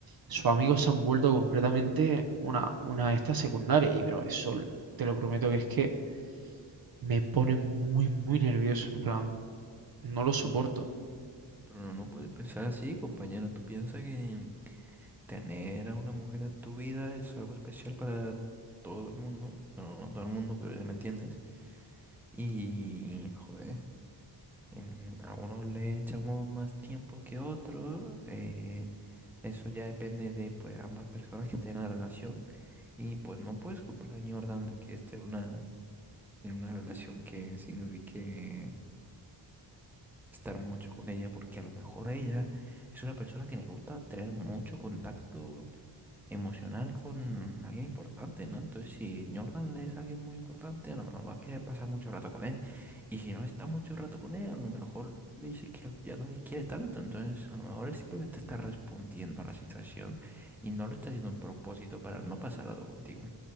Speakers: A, on the right; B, in the centre.
A: sus amigos se han vuelto completamente una, una de estas secundarias. Y, bro, eso te lo prometo que es que me pone muy, muy nervioso, en plan, no lo soporto.
B: Pero no, no puedes pensar así, compañero. Tú piensas que tener a una mujer en tu vida es algo especial para todo el mundo. Bueno, no todo el mundo, pero ya me entiendes. Y, joder, em, algunos le echamos más tiempo que otros. eh, eso ya depende de pues ambas personas que estén en la relación. Y pues no puedes culpar a Jordan de que esté en una, en una relación que signifique estar mucho con ella, porque a lo mejor ella es una persona que le gusta tener mucho contacto emocional con alguien importante, ¿no? Entonces, si Jordan es alguien muy importante, a lo mejor va a querer pasar mucho rato con él. Y si no está mucho rato con él, a lo mejor le dice que ya no le quiere tanto. Entonces, a lo mejor él simplemente está respondiendo a la situación y no lo está haciendo a propósito para no pasar rato contigo.